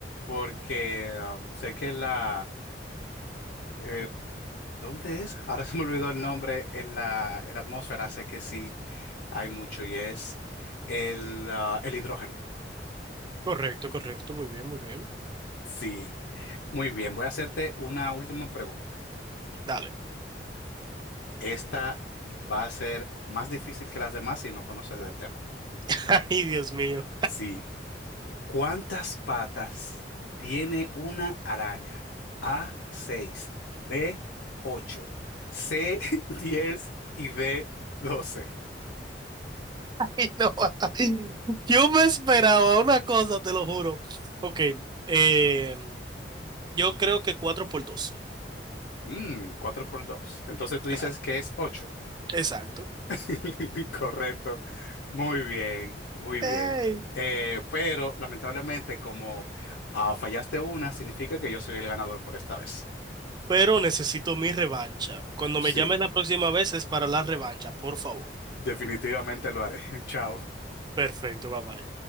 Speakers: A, on the left; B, on the right.
A: porque ah, sé que la, eh, ¿Dónde es? Ahora <laughs> se me olvidó el nombre en la, en la atmósfera, sé que sí hay mucho y es el, ah, el hidrógeno.
B: Correcto, correcto, muy bien, muy bien.
A: Sí, muy bien, voy a hacerte una última pregunta.
B: Dale.
A: Esta va a ser más difícil que las demás si no conoces del tema.
B: <laughs> Ay, Dios mío.
A: Sí, ¿cuántas patas tiene una araña? A, 6, B, 8, C, <laughs> 10 y D, 12.
B: Ay, no. <laughs> Yo me esperaba una cosa, te lo juro. Ok, eh, yo creo que 4 por 2.
A: Mm, 4 por 2. Entonces tú dices
B: Claro,
A: que es 8.
B: exacto.
A: <laughs> Correcto. Muy bien, muy bien.
B: Ey,
A: Eh, pero lamentablemente, como ah, fallaste una, significa que yo soy el ganador por esta vez.
B: Pero necesito mi revancha. Cuando me
A: Sí,
B: llames la próxima vez es para la revancha, por favor.
A: definitivamente lo haré. <laughs> Chao.
B: Perfecto, bye bye.